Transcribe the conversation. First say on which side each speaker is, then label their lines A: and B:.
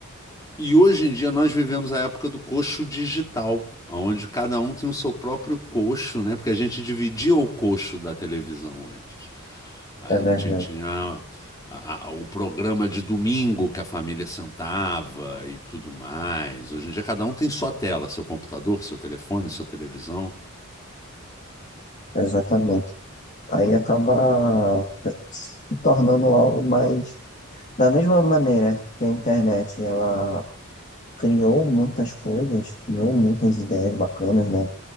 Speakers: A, on the left; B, on the left.
A: E hoje em dia nós vivemos a época do coxo digital, onde cada um tem o seu próprio coxo, né? Porque a gente dividia o coxo da televisão antes. A
B: É verdade,
A: gente tinha a- a- o programa de domingo que a família sentava e tudo mais. Hoje em dia cada um tem sua tela, seu computador, seu telefone, sua televisão.
B: exatamente. Aí acaba se tornando algo mais. Da mesma maneira que a internet, ela criou muitas coisas, criou muitas ideias bacanas, né?